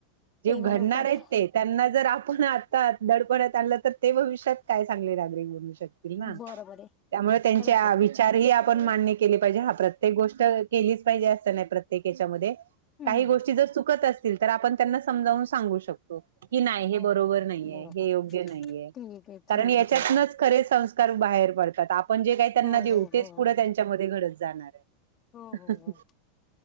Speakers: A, on the right; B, on the left.
A: जे
B: ते
A: घडणार
B: घडवतात
A: आहेत. ते त्यांना जर आपण आता दडपडत आणलं तर ते भविष्यात काय चांगले नागरिक बनू शकतील ना
B: बरोबर आहे
A: त्यामुळे त्यांच्या
B: खरंच आहे
A: विचार चारही आपण मान्य केले पाहिजे हा प्रत्येक गोष्ट केलीच पाहिजे असं नाही प्रत्येक याच्यामध्ये. काही
B: हम्म
A: गोष्टी जर चुकत असतील तर आपण त्यांना समजावून सांगू शकतो की नाही
B: हो
A: हे बरोबर
B: हो हो
A: नाहीये,
B: बरोबर
A: हे योग्य नाहीये.
B: ठीक आहे
A: कारण
B: ठीक
A: यांच्यातनच
B: आहे ठीक आहे
A: खरे संस्कार बाहेर पडतात. पण जे काही त्यांना
B: हो
A: देऊ
B: हो
A: तेच
B: हो
A: पुढं
B: हो
A: त्यांच्यामध्ये घडत जाणार आहे.
B: हो हो हो